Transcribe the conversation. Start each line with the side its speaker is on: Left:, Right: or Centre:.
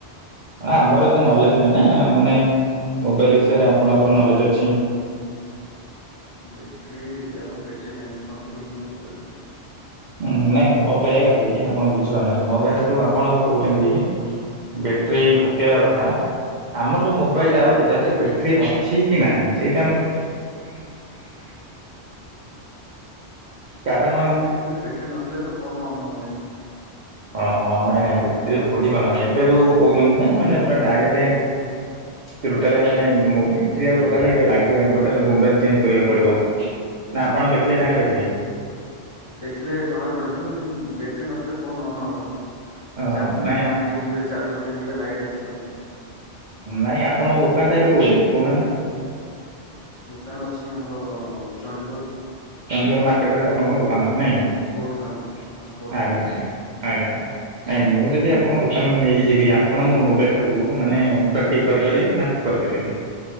Right: ଆମର ଏତେ ନଲେଜ ନାହିଁ ନା
Left: ବ୍ୟାଟେରୀ
Right: ମାନେ ମୋବାଇଲ
Left: କଣ
Right: ବିଷୟରେ ଆପଣଙ୍କର ନଲେଜ ଅଛି।
Left: ବ୍ୟାଟ୍ରି ଆପଣ ବ୍ୟାଟେ୍ରୀ ଚେଞ୍ଜ କରନ୍ତୁ ହେଇଯିବ ମୋତେ ଲାଗୁଛି।
Right: ହୁଁ ନାଇଁ ନାଇଁ ମୋ କହିବା କଥା ଏଇ ଆପଣ ବୁଝିପାରୁନାହାନ୍ତି ମୋ କହିବା କଥା ଆପଣ ଯୋଉ କହୁଛନ୍ତି ବ୍ୟାଟେରୀ
Left: ହଁ
Right: ପକେଇବା କଥା ଆମର ଯେଉଁ ମୋବାଇଲଟା
Left: ଆଜ୍ଞା
Right: ହେଉଛି ତା ଦେହରେ ବ୍ୟାଟେରୀ ଅଛି କି ନାହିଁ ସେଇ
Left: ବେଟ୍ରୀ ଅଛି କି ନାଇଁ ଜାଣିବେ
Right: କାରଣ
Left: କେମିତି ମାନେ ବ୍ୟାଟେରୀ ନଥିଲେ ତ ଫୋନ ଅନ ହବନି ନା
Right: ଅହୋ ନାଇଁ ନାଇଁ ବେଟ୍ରି ବୁଝିପାରୁନାହାଁନ୍ତି ଏବେ ଯୋଉ କହୁଛନ୍ତି ନା ମାନେ ପୁରା ଡାଇରେକ୍ଟ ଟୋଟାଲ ମାନେ ବେଟେରୀ ଆଉ ଟୋଟାଲ ଲାଗିବନି ଟୋଟାଲ ମୋବାଇଲ ଚେଞ୍ଜ କରିବାକୁ ପଡିବ। ନା ଆପଣ ଦେଖିଲେ
Left: ହୁଁ
Right: ଜାଣିପାରିବେ
Left: ଦେଖିଲେ ଜଣା ପଡିଯିବ ଲେକିନ ବେ ବେଟ୍ରି ନଥିଲେ ଫୋନ୍ ଅନ୍ ହବନି
Right: ଓହୋ
Left: ଚାର୍ଜିଂ
Right: ନାଇଁ
Left: ପଏଣ୍ଟ ଗେଂଜିବେ ଚାର୍ଜର ଗେଂଜିବେ ଲାଇଟ୍ ଆସିବନି।
Right: ନାଇଁ ଆପଣଙ୍କ ଦୋକାନ ଟା ଏବେ କୋଉଠି ଅଛି କହୁନାହାନ୍ତି
Left: ଦୋକାନ ଅଛି ଆମର ଚଣ୍ଡିଖୋଲ।
Right: ଚଣ୍ଡିଖୋଲ ମାର୍କେଟ ରେ ଆପଣଙ୍କ ଦୋକାନ ଅଛି ନାଇଁ କି?
Left: କୋର୍ଟ ସାମ୍ନାରେ ହଁ କୋର୍ଟ
Right: ଆଜ୍ଞା
Left: ସାମ୍ନାରେ
Right: ଆଜ୍ଞା ଆଜ୍ଞା ଆଜ୍ଞା ନାଇଁ ମୁଁ ଯଦି ଯଦି ଆପଣ ଦୋକାନକୁ ନେଇକି ଯିବି ଆପଣ ମୋ ମୋବାଇଲଟାକୁ ମାନେ ପୁରା ଠିକ୍ କରିପାରିବେ ନା ଟି କରିପାରିବେନି।